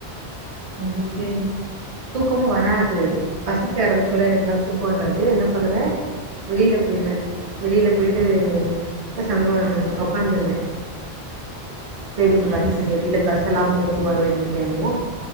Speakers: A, on the right (about 85°); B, on the right (about 45°).
A: அது செரி
B: தூக்கமு வராது பசிக்க ஆரம்ச்ச ஒன்னே எனக்கு லா தூக்கோ வராது என்ன பண்ணுவே வெளில போயிருவே வெளில போயிட் டு பேசாம அப் உக்காந்துருவே வேடிக்க
A: அது
B: பாத்துட்டு
A: சரி
B: வெளில பஸ் எல்லா போகு வரு எந் த டைம்மு